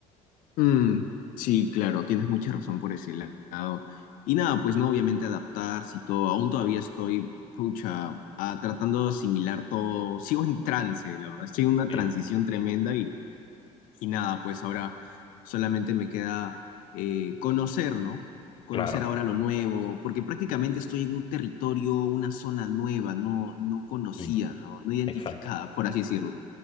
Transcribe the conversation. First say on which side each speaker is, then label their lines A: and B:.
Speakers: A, on the left; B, on the left.
A: mm, sí, claro, tienes mucha razón por ese lado. Y nada, pues no, obviamente adaptarse y todo, aún todavía estoy, pucha, ah, tratando de asimilar todo, sigo en trance, la verdad, estoy en una
B: Sí.
A: transición tremenda y Y nada, pues ahora solamente me queda eh, conocer, ¿no? Conocer
B: Claro,
A: ahora lo nuevo, porque prácticamente estoy en un territorio, una zona nueva, no, no conocida,
B: y
A: ¿no? No identificada,
B: exacto.
A: por así decirlo.